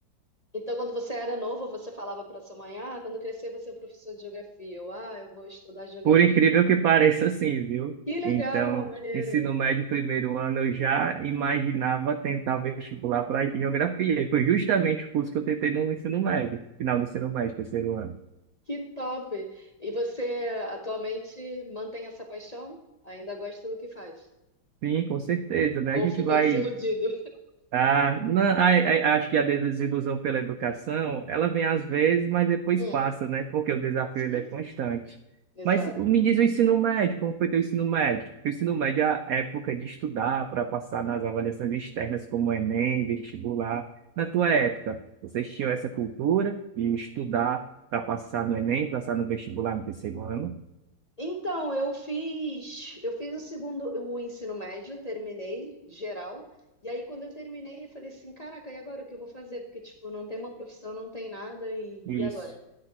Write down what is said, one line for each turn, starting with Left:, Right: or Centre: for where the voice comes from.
Left: Então, quando você era novo, você falava para sua mãe, ah, quando eu crescer eu vou ser um professor de geografia, ou ah, eu vou estudar geografia.
Right: por incrível que <laughs> pareça assim, viu?
Left: Que
Right: Então,
Left: legal, maneiro,
Right: ensino médio, primeiro ano, eu já imaginava tentar vestibular para geografia, e foi justamente o curso que eu tentei no ensino médio, final do ensino médio, terceiro ano.
Left: que top. E você atualmente mantém essa paixão? Ainda gosta do que faz?
Right: Sim, com certeza, né?
Left: Ou
Right: A gente
Left: ficou
Right: vai
Left: desiludido?
Right: Ah, não, a- a- acho que a desilusão pela educação, ela vem às vezes, mas depois
Left: Hum,
Right: passa, né? Porque o desafio
Left: sim,
Right: ele é constante.
Left: sim. Exato,
Right: Mas o- me
Left: exato.
Right: diz o ensino médio, como foi teu ensino médio? Porque O ensino médio é a época de estudar para passar nas avaliações externas, como Enem, vestibular. Na tua época, vocês tinham essa cultura de estudar para passar no Enem, passar no vestibular no terceiro ano?
Left: Então, eu fiz, eu fiz o segundo, o ensino médio, terminei geral. E aí, quando eu terminei, eu falei assim, caraca, e agora o que eu vou fazer? Porque, tipo, não tem uma profissão, não tem nada, e,
Right: Isso.
Left: e agora?